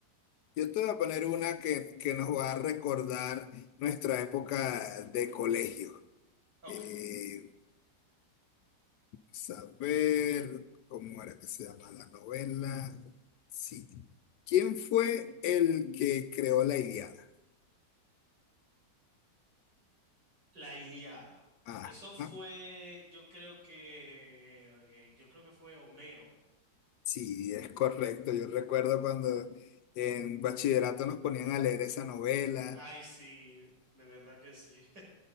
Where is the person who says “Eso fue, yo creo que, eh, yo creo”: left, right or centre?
Right